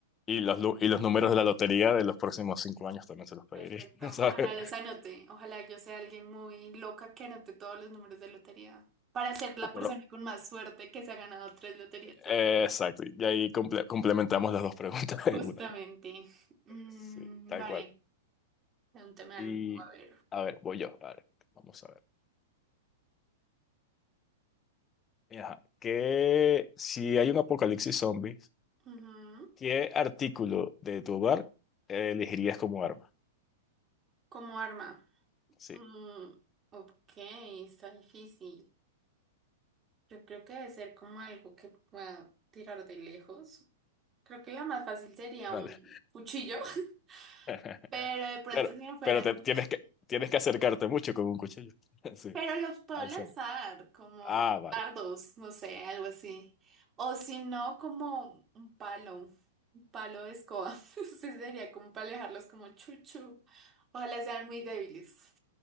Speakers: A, on the left; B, on the right.
A: Y los, lu- y los números de la lotería de los próximos cinco años también se los pediría,
B: Perfecto.
A: <laughs> ¿sabes?
B: Ojalá los anote. Ojalá yo sea alguien muy loca que anote todos los números de lotería para ser la
A: O
B: persona
A: por,
B: con más suerte que se ha ganado tres loterías seguidas.
A: Eh, Exacto, y ahí comple- complementamos las dos preguntas en
B: Justamente.
A: una.
B: Mm,
A: Sí, tal
B: vale.
A: cual.
B: Pregúntame algo.
A: Y
B: A ver.
A: a ver, voy yo. A ver, vamos a ver. Ajá. ¿Qué, si hay un apocalipsis zombies,
B: Ujú.
A: ¿qué artículo de tu hogar eh, elegirías como arma?
B: Como arma.
A: Sí,
B: Mm, ok, está difícil. Yo creo que debe ser como algo que pueda tirar de lejos. Creo que la más fácil sería
A: dale.
B: un cuchillo, <laughs>
A: <laughs>
B: pero de pronto
A: Claro,
B: si no fuera
A: pero
B: un
A: te-
B: cuchillo.
A: tienes que, tienes que acercarte mucho con un cuchillo. <laughs> Sí,
B: Pero los puedo
A: al
B: lanzar
A: zombie.
B: como
A: Ah, vale.
B: dardos, no sé, algo así. O si no, como un palo, un palo de escoba. <laughs> Sí, sería como para alejarlos como chuchu. Ojalá sean muy débiles.